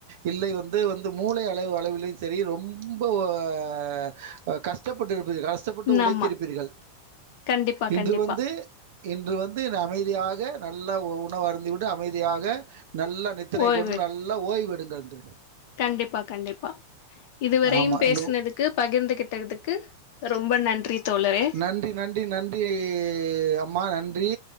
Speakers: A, on the right; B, on the left.
A: இல்லை வந்து வந்து மூளை அளவு அளவிலும் சரி ரொம்ப ஆஹ் கஷ்டப்பட்ருப் <unintelligible> கஷ்டப்பட்டு
B: ம்,
A: உழைத்திருப்பீர்கள்
B: ஆமா கண்டிப்பா
A: இன்று
B: கண்டிப்பா
A: வந்து இன்று வந்து அமைதியாக நட நல்ல உணவு அருந்துவிட்டு அமைதியாக நல்ல நித்திரை
B: ஓய்வு
A: கொண்டு
B: எடு-
A: நல்ல ஓய்வெடுங்கள் இன்று
B: கண்டிப்பா கண்டிப்பா இதுவரையும்
A: ஆமா.
B: பேசுனதுக்கு
A: நோ
B: பகிர்ந்துகிட்டதுக்கு ரொம்ப நன்றி தோழரே
A: நன்றி நன்றி நன்றி அய் அம்மா நன் றி